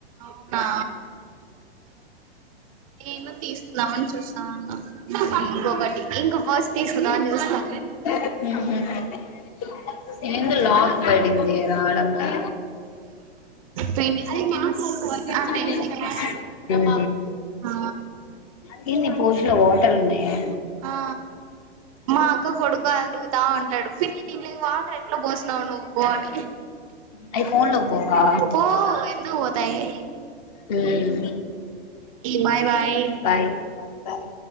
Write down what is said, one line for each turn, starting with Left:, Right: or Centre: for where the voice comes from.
Right: అవునా నేను తీసుకుందామని చూస్తాన్నా ఇంకొకటి ఇంక ఫస్ట్ తీసుకుందామని చూస్తా
Left: ఉహు లాగ్ పడింది రావడం లా
Right: ట్వంటీ సెకండ్స్ ఆ
Left: అంతే
Right: టెన్ సెకండ్స్ ఆ
Left: ఏంది పోజులో వాటర్ ఉన్నాయా
Right: ఆ మా అక్క కొడుకు బా అలుగుత ఉంటాడు పిన్ని దీంట్లేకి వాటర్ ఎట్లా పోసినావు నువ్వు అని
Left: అయి ఫోన్ లోకి పోవా
Right: పో ఎందుకు పోతాయి
Left: ఉమ్
Right: bye bye
Left: bye bye bye